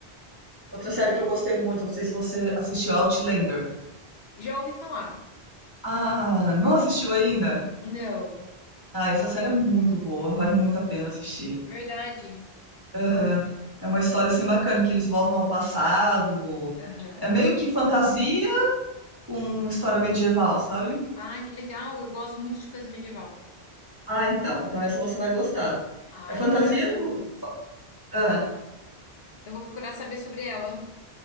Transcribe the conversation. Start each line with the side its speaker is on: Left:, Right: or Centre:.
Right: Outra série que eu gostei muito, não sei se você assistiu Outlander.
Left: Já ouvi falar?
Right: Ah, não assistiu ainda?
Left: Não.
Right: Ah, essa série é muito boa, vale muito a pena assistir.
Left: Verdade.
Right: Aham. É uma história assim bacana, que eles voltam ao passado.
Left: Aham.
Right: É meio que fantasia com história medieval, sabe?
Left: Ah, que legal. Eu gosto muito de coisa medieval.
Right: Ah, então. Então essa você vai gostar.
Left: Ah,
Right: É fantasia?
Left: legal. Eu vou,
Right: no- Ah,
Left: eu vou procurar saber sobre ela,